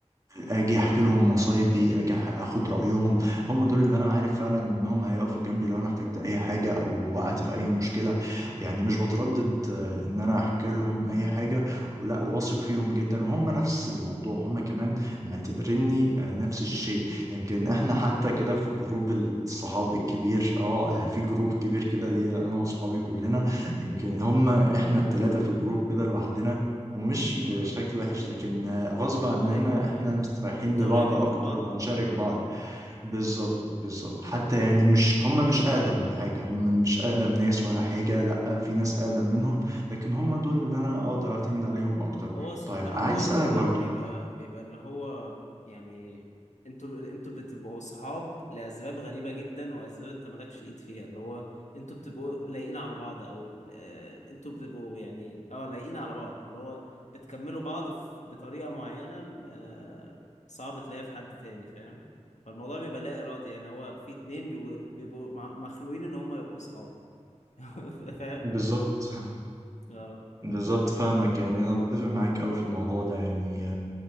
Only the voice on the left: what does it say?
امم
اه
ايوه ايوه
انتوا
قريبين
من بعض
اكتر آه.
هو سبحان
الله بتبقى
بيبقى بيبقى اللي هو يعني انتوا انتوا بتبقوا اصحاب لاسباب غريبه جدا واسباب انت مالكش ايد فيها اللي هو انتوا بتبقوا لايقين على بعض او آه، انتوا بتبقوا يعني اه لايقين على بعض اللي هو بتكملوا بعض في- بطريقه معينه آه، صعب تلاقيها في حد تاني فاهم فالموضوع بيبقى لا ارادي يعني هو في اتنين بيبقوا بيبقوا مع- مخلوقين ان هم يبقوا اصحاب <laughs> فاهم
اه